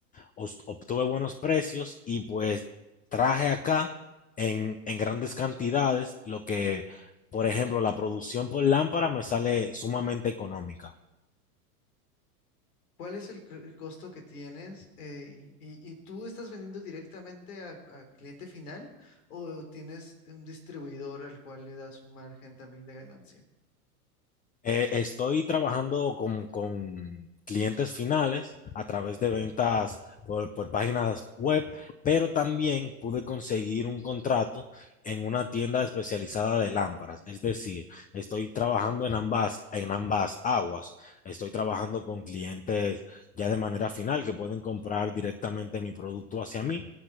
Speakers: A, on the left; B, on the left.
A: os- obtuve buenos precios y pues traje acá en, en grandes cantidades lo que, por ejemplo, la producción por lámpara me sale sumamente económica.
B: ¿Cuál es el, c- el costo que tienes? Eh, y, y tú estás vendiendo directamente a, a cliente final o tienes un distribuidor al cual le das un margen también de ganancia?
A: Eh, estoy trabajando con, con clientes finales a través de ventas por, por páginas web, pero también pude conseguir un contrato en una tienda especializada de lámparas. Es decir, estoy trabajando en ambas, en ambas aguas. Estoy trabajando con clientes ya de manera final que pueden comprar directamente mi producto hacia mí